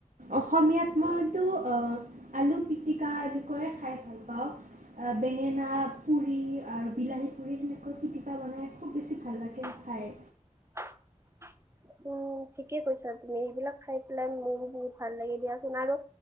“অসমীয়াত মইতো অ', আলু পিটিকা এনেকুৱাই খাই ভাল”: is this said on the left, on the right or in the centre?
Right